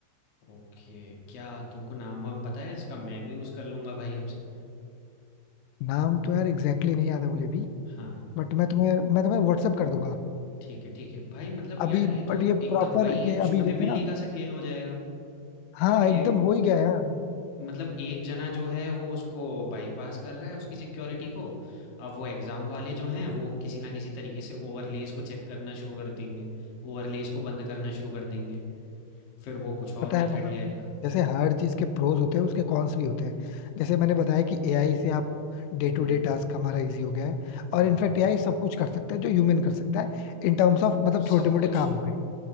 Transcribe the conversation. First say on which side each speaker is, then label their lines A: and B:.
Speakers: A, on the left; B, on the left.
A: ओके, क्या तुमको नाम-वाम पता है इसका? मैं भी यूज़ कर लूँगा भाई अब से।
B: नाम तो यार एग्जैक्टली exactly नहीं याद है मुझे भी
A: हाँ,
B: बट मैं तुम्हें मैं तुम्हें व्हाट्सअप कर दूंगा
A: ठीक है, ठीक है। भाई मतलब यार
B: अभी
A: ये तो
B: बट ये
A: एकदम
B: प्रॉपर
A: वही है
B: ये अभी
A: चूहे-बिल्ली
B: जैसे ना
A: का सा खेल हो जाएगा।
B: हाँ एकदम
A: ये
B: हो ही गया यार
A: मतलब एक जना जो है वो उसको बाईपास कर रहा है उसकी सिक्योरिटी को अब वो एग्ज़ाम वाले जो हैं वो किसी ना किसी तरीके से ओवरलेस को चेक करना शुरू कर देंगे ओवरलेस को बंद करना शुरू कर देंगे फिर वो कुछ और
B: पता है
A: मेथड
B: मतलब
A: ले आएगा
B: जैसे हर चीज के प्रोज होते हैं उसके कॉन्स भी होते हैं जैसे मैंने बताया कि एआई से आप डे टू
A: हम्म
B: डे टास्क हमारा इजी हो गया है
A: हाँ
B: और इनफैक्ट एआई सब कुछ कर सकता है जो ह्यूमन कर सकता है इन टर्म्स ऑफ मतलब छोटे
A: सब
B: मोटे
A: कुछ
B: काम हो गए